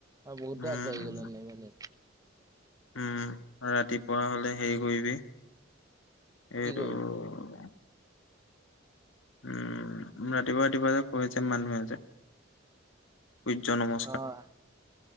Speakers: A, on the right; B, on the left.
A: বহুতো
B: উম,
A: আগবাঢ়ি গ'ল এনেকে মানে।
B: উমঁ, ৰাতিপুৱা হ'লে হেৰি কৰিবি এইটো-
A: কি কৰিম
B: উমঁ, ৰাতিপুৱা-ৰাতিপুৱা কৰে যে মানুহে যে- শুইজ্যমত।
A: অ',